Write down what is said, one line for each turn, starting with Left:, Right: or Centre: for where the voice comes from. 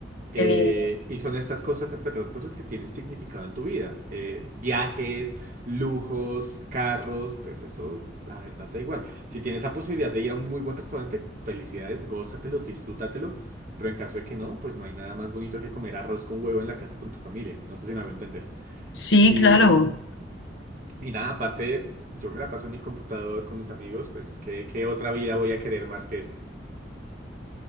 Right: Eh,
Left: qué lindo.
Right: y son estas cosas, en verdad, pues las que tienen significado en tu vida. Eh, viajes, lujos, carros, pues eso, la verdad, da igual. Si tienes la posibilidad de ir a un muy buen restaurante, felicidades, gózatelo, disfrútatelo. Pero en caso de que no, pues no hay nada más bonito que comer arroz con huevo en la casa con tu familia. No sé si me va a entender.
Left: Sí,
Right: Y,
Left: claro.
Right: y nada, aparte, yo me la paso en mi computador con mis amigos, pues ¿qué, qué otra vida voy a querer más que esta?